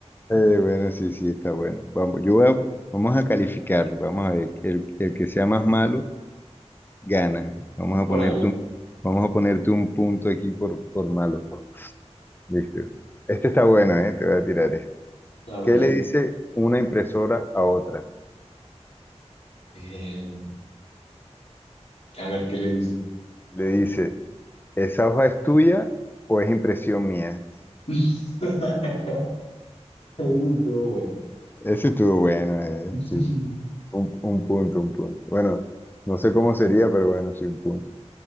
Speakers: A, on the left; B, on the left.
A: Eh, bueno, sí, sí, está bueno. Vamos, yo voy a- vamos a calificarlo. Vamos a ver, el, el que sea más malo, Gana. Vamos a
B: Órale,
A: ponerte un, vamos a ponerte un punto aquí por, por malo. Listo. Este está bueno, ¿eh? Te voy a tirar este.
B: a ver.
A: ¿Qué le dice una impresora a otra?
B: eh, a ver qué le dice.
A: Le dice, ¿esa hoja es tuya o es impresión mía?
B: <laughs> Eso Estuvo bueno.
A: Ese estuvo bueno, ¿eh?
B: <laughs>
A: Sí. Un, un punto, un punto. Bueno, no sé cómo sería, pero bueno, sí, un punto.